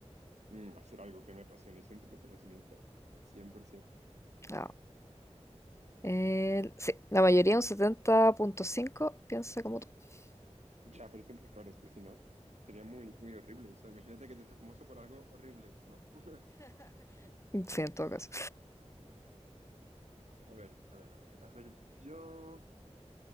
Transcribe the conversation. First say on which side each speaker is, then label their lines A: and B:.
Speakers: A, on the right; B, on the left.
A: Mm, hacer algo que me apasione y siempre de conocimiento, ciento
B: Ah, el- sí, la mayoría, un 70.5, piensa como tú. <laughs>
A: Ya, por ejemplo, claro, es que si no, sería muy, muy horrible. eso imagínate que te haces famoso por algo horrible. No. <laughs>
B: Sí, en todo caso.
A: A ver, a ver, a ver, a ver, yo,